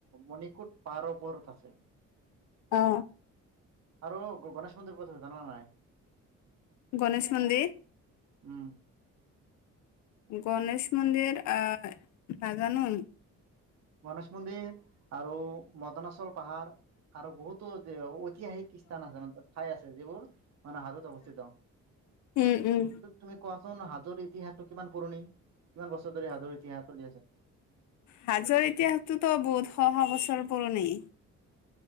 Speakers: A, on the right; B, on the left.
A: মণিকোট পাহাৰৰ ওপৰত আছে।
B: অ
A: আৰু গণেশ মন্দিৰ ক'ত আছে জানা নাই?
B: গণেশ মন্দিৰ।
A: উম।
B: গণেশ মন্দিৰ, আহ, নাজানো।
A: গণেশ মন্দিৰ আৰু মদনাচল পাহাৰ আৰু বহুতো যে ঐতিহাসিক স্থান আছে মানে ঠাই আছে, যিবোৰ মানে হাজোত অৱস্থিত।
B: উম উম
A: তুমি কোৱাচোন, হাজোৰ ইতিহাসটো কিমান পুৰণি? কিমান বছৰ ধৰি হাজোৰ ইতিহাস চলি আছে?
B: হাজোৰ ইতিহাসটোতো বহুত শ-শ বছৰ পুৰণি।